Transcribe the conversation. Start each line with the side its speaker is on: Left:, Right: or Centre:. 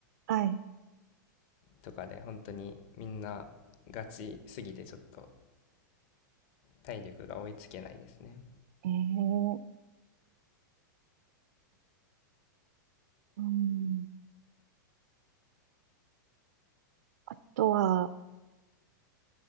Right: はい。
Left: とかで、本当にみんなガチすぎてちょっと体力が追いつけないですね。
Right: えー、うん。あとは、